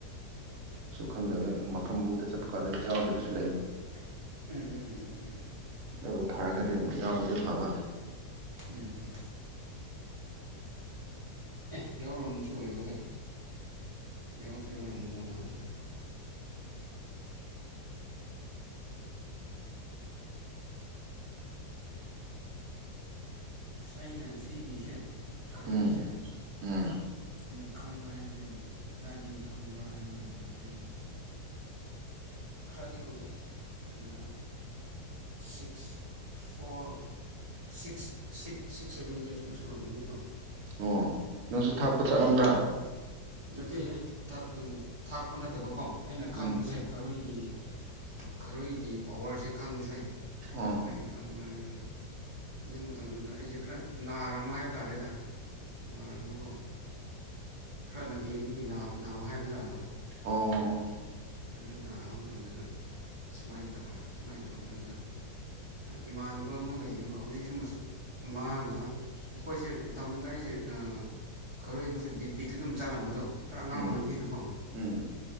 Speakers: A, on the right; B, on the right.
A: ꯌꯥꯎꯈꯣꯏ ꯌꯥꯎꯔꯣꯏꯅꯁꯨ
B: ꯈꯪꯗꯕ
A: ꯈꯪꯗꯕꯦ
B: ꯃꯐꯝ ꯑꯃꯗ
A: ꯃꯐꯝ
B: ꯆꯠꯄ ꯀꯥꯟꯗ
A: ꯑꯃꯗ ꯆꯠꯄ
B: ꯌꯥꯎꯗꯕꯁꯨ
A: ꯀꯥꯟꯗ ꯌꯥꯕ
B: ꯂꯩ
A: ꯎꯝ ꯎꯝ
B: ꯑꯗꯨ ꯐꯔꯒꯗꯤ
A: ꯎꯝ
B: ꯑꯃꯨꯛ ꯌꯥꯎꯔꯒꯗꯤ ꯐꯕ
A: ꯎꯝꯝ ꯑꯦ ꯌꯥꯎꯔꯃꯁꯨ ꯑꯣꯏꯌꯣꯗ ꯌꯥꯎꯔꯁꯨ ꯌꯥꯎꯔꯝꯒꯗꯧ ꯃꯥꯜꯂꯦꯗ ꯑ ꯑꯩꯅ ꯁꯤꯒꯤꯁꯦ ꯈꯔꯣꯏꯒꯤꯁꯦ
B: ꯎꯝ ꯎꯝ
A: ꯑꯩꯅ ꯈꯪꯕ ꯍꯥꯏꯕꯁꯤ ꯑꯗꯨꯗꯥꯏꯗꯒꯤ ꯈꯪꯕ꯭ꯔꯥ ꯍꯥꯏꯕ ꯃꯇꯝꯗ ꯑꯩ ꯈꯔꯥꯗꯤ ꯀꯔꯦ ꯑ ꯁꯤꯛꯁ ꯐꯣꯔ ꯁꯤꯛꯁ ꯁꯤ ꯁꯤꯛꯁ ꯁꯚꯦꯟ ꯏꯔꯁ ꯑꯃ ꯁꯣꯔꯛꯃꯅꯤꯀꯣ
B: ꯑꯣ ꯅꯪꯁꯨ
A: ꯑꯗꯨ
B: ꯊꯥꯞꯄ ꯆꯠꯑꯝꯕ꯭ꯔꯥ
A: ꯅꯠꯇꯦ ꯑꯩ ꯊꯥꯛꯄ ꯅꯠꯇꯕꯀꯣ ꯑꯩꯅ ꯈꯪꯕꯁꯦ
B: ꯎꯝ
A: ꯈꯔꯣꯏꯒꯤ ꯈꯔꯣꯏꯒꯤ ꯄꯋꯥꯔꯁꯦ ꯈꯪꯕꯁꯦ
B: ꯑꯣ
A: ꯀꯃꯥꯏꯅ ꯈꯪ ꯑꯗꯨꯃꯥꯏꯅ ꯑꯗꯨ ꯃꯇꯝꯗꯨꯗ ꯑꯩꯁꯦ ꯈꯔ ꯅꯥꯔꯃ ꯍꯥꯏꯕ ꯇꯥꯔꯦꯗ ꯅꯥꯔꯝꯕꯀꯣ ꯈꯔ ꯂꯝꯍꯦꯟꯕꯒꯤ ꯅꯥꯕ ꯍꯥꯏꯕꯖꯥꯗꯣ
B: ꯑꯣ
A: ꯑꯗꯨ ꯅꯥꯕ ꯃꯇꯝꯗꯨꯗ ꯁꯨꯃꯥꯏꯅ ꯇꯧꯔꯦ ꯁꯨꯃꯥꯏꯅ ꯇꯧꯕꯗꯨꯗ ꯏꯃꯥꯟꯅꯕ ꯑꯃ ꯂꯩꯌꯦꯕ ꯍꯧꯖꯤꯛꯁꯨ ꯃꯥꯅ ꯑꯩꯈꯣꯏꯁꯦ ꯃꯇꯝꯗꯨꯗ ꯑꯩꯁꯦ ꯈꯔ ꯌꯦꯡꯕꯁꯦ ꯕꯤꯠ ꯕꯤꯠꯇ ꯑꯗꯨꯝ ꯆꯠꯂꯝꯕꯗꯣ ꯈꯔ ꯑꯉꯥꯡ
B: ꯎꯝ
A: ꯑꯣꯏꯕꯅꯤꯅꯀꯣ
B: ꯎꯝ
A: ꯎ